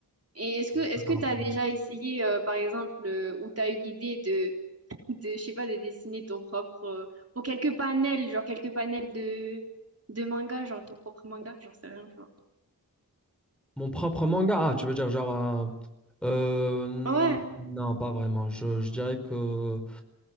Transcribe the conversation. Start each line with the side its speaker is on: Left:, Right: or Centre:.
Right: Et est-ce que est-ce
Centre: Toujours
Right: que t'as
Centre: un peu de-
Right: déjà essayé, euh, par exemple, euh, ou t'as eu l'idée de, je sais pas, de dessiner ton propre, euh, pour quelques panels, genre quelques panels de, de manga, genre ton propre manga, j'en sais rien. genre.
Centre: Mon propre manga, ah, tu veux dire genre Euh,
Right: Ouais,
Centre: non, pas vraiment. Je, je dirais que